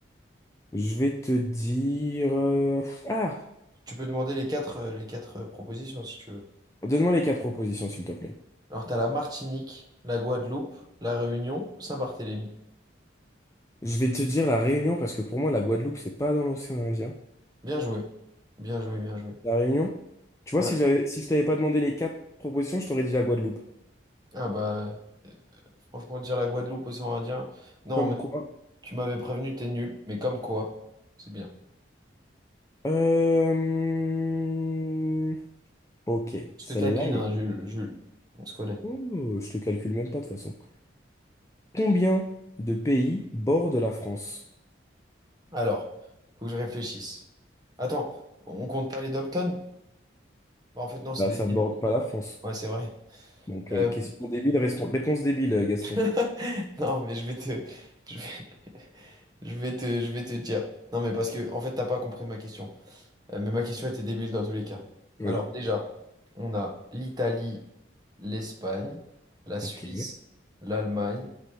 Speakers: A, on the left; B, on the right.
A: Je vais te dire. euh, Ah!
B: Tu peux demander les quatre, euh, les quatre euh, propositions si tu veux.
A: Donne-moi les quatre propositions, s'il te plaît.
B: Alors, t'as la Martinique, la Guadeloupe, la Réunion, Saint-Barthélemy.
A: Je vais te dire la Réunion parce que pour moi, la Guadeloupe, c'est pas dans l'océan Indien.
B: Bien joué. Bien joué, bien joué.
A: La Réunion? Tu vois,
B: Ouais.
A: si j'avais, si je t'avais pas demandé les quatre propositions, je t'aurais dit la Guadeloupe.
B: Ah bah, franchement, dire la Guadeloupe, océan Indien. Non,
A: Comme
B: mais
A: quoi?
B: tu m'avais prévenu, t'es nul. Mais comme quoi, c'est bien.
A: Euh... Ok,
B: Je
A: celle-là,
B: te taquine,
A: elle
B: hein,
A: est compliquée.
B: Jules, Jules. On se connaît.
A: Oh, je te calcule même pas de toute façon. Combien de pays bordent la France?
B: Alors, faut que je réfléchisse. Attends, on compte pas les Dobton? Bah, en fait, non, c'est
A: Bah,
B: des
A: ça borde
B: îles.
A: pas la France.
B: Ouais, c'est vrai.
A: Donc, euh,
B: Euh,
A: question débile, respon- réponse débile, euh, Gaston.
B: <laughs> non, mais je vais te, je vais, je vais te, je vais te dire. Non, mais parce que, en fait, t'as pas compris ma question. Euh, mais ma question était débile dans tous les cas.
A: Oui.
B: Alors, déjà, on a l'Italie, l'Espagne, la Suisse,
A: Ok.
B: l'Allemagne,